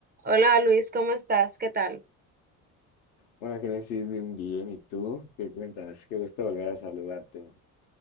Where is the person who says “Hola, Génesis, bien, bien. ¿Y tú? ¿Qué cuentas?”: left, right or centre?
Left